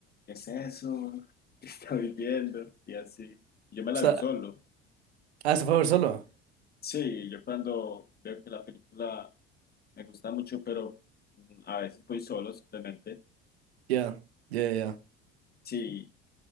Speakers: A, on the left; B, on the right.
A: ¿qué es eso? ¿Qué estoy viendo? Y así, yo me la
B: O sea,
A: vi solo.
B: ah, se fue a ver solo.
A: Sí, yo cuando veo que la película me gusta mucho, pero mm, a veces voy solo simplemente.
B: Ya, ya, ya. ya.
A: Sí,